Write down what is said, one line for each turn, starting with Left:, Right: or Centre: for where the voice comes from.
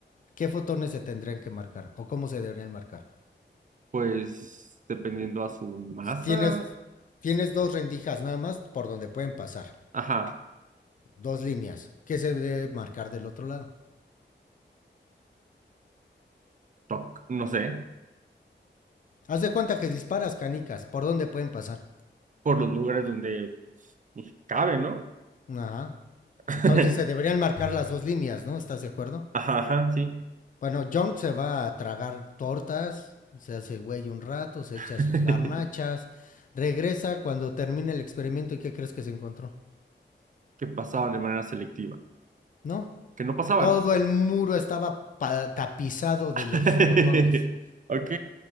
Left: ¿Qué fotones se tendrían que marcar? ¿O cómo se deberían marcar?
Right: pues dependiendo a su masa.
Left: Tienes, tienes dos rendijas nada más por donde pueden pasar,
Right: Ajá,
Left: dos líneas. ¿Qué se debe marcar del otro lado?
Right: toc, no sé,
Left: Haz de cuenta que disparas canicas, ¿por dónde pueden pasar?
Right: por los lugares donde pues, cabe, ¿no?
Left: Ajá.
Right: <laughs>
Left: Entonces se deberían marcar las dos líneas, ¿no? ¿Estás de acuerdo?
Right: Ajá, ajá, sí.
Left: Bueno, Junk se va a tragar tortas, se hace güey un rato, se echa
Right: <laughs>
Left: sus garnachas, regresa cuando termine el experimento y ¿qué crees que se encontró?
Right: Que pasaban de manera selectiva.
Left: No,
Right: Que no pasaban.
Left: todo el muro estaba tapizado de
Right: <laughs>
Left: los fotones,
Right: Ok,